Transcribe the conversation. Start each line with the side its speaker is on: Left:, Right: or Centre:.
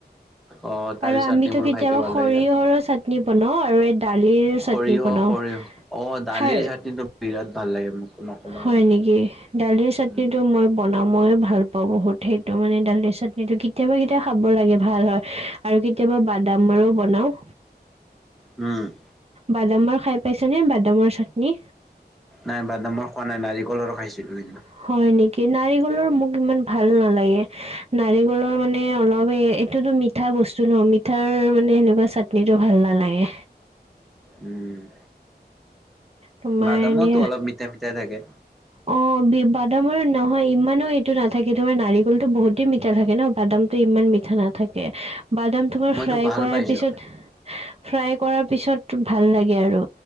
Centre: অ তাৰ
Right: আৰু আমিতো
Centre: চাটনিবোৰ
Right: কেতিয়াবা
Centre: খাইকে ভাল
Right: সৰিহৰ
Centre: লাগে
Right: চাটনি বনাও আৰু এদ- দালিৰ
Centre: সৰিয়হ
Right: চাটনি বনাও
Centre: সৰিয়হ অ দালিৰ
Right: হাই-
Centre: চাটনিটো বিৰাট ভাল লাগে মোক। নকবা
Right: হয়
Centre: মানে
Right: নেকি, দালিৰ চাটনিটো
Centre: উম
Right: মই- বনাওঁ মই ভাল পাওঁ বহুত। সেইটো মানে দালিৰ চাটনিটো কেতিয়াবা কেতিয়াবা খাব লাগে ভাল হয়। আৰু কেতিয়াবা বাদামৰো বনাওঁ।
Centre: উম'
Right: বাদামৰ খাই পাইছা নে বাদামৰ চাটনি?
Centre: নাই বাদামৰ খোৱা নাই নাৰিকলৰ খাইছিলো সেইদিনা।
Right: হয় নেকি, নাৰিকলৰ মোক ইমান ভাল নালাগে নাৰিকলৰ মানে অলপ এইটোতো মি- মিঠা বস্তু ন মিঠাৰ মানে সেনেকুৱা চাটনিটো ভাল নালাগে।
Centre: উম'
Right: তোমাৰ
Centre: বাদামৰটো
Right: এনে
Centre: অলপ মিঠা মিঠা থাকে।
Right: অঁ' বাদামৰ নহয় ইমানো এইটো নাথাকে তোমাৰ নাৰিকলটো বহুতেই মিঠা থাকে ন বাদামতটো ইমান মিঠা- থা নাথাকে। বাদাম- তোমাৰ
Centre: মইতো
Right: ফ্ৰাই
Centre: ভাল
Right: কৰাৰ
Centre: পাইছো
Right: পিছত ফ্ৰাই কৰাৰ পিছত ভাল লাগে আৰু।